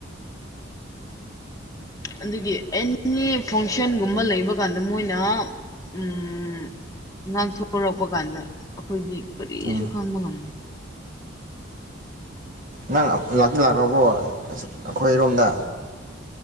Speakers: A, on the left; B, on the right.
A: ꯑꯗꯨꯒꯤ ꯑꯦꯅꯤ ꯐꯪꯁꯟꯒꯨꯝꯕ ꯂꯩꯕ ꯀꯥꯟꯗ ꯃꯣꯏꯅ ꯎꯝꯝ ꯉꯥꯡꯊꯣꯔꯛꯄ ꯀꯥꯟꯗ ꯑꯩꯈꯣꯏꯗꯤ ꯀꯔꯤꯁꯨ
B: ꯎꯝ
A: ꯈꯪꯕ ꯉꯝꯗꯦ
B: ꯅꯪ ꯂꯥꯛꯇꯤ ꯂꯥꯛꯈ꯭ꯔꯕꯣ <unintelligible> ꯑꯩꯈꯣꯏꯔꯣꯝꯗ